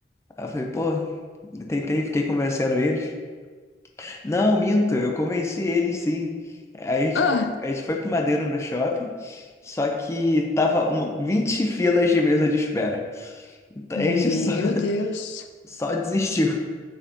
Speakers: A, on the left (about 15°); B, on the left (about 75°).
A: Aí eu falei, pô, eu tentei, fiquei convencendo eles. Não, minto, eu convenci ele sim. Aí a gente foi,
B: ah,
A: a gente foi pro Madeira no shopping, só que tava uma, 20 filas de mesa de espera. Então,
B: meu
A: A gente só,
B: Deus.
A: <laughs> só desistiu.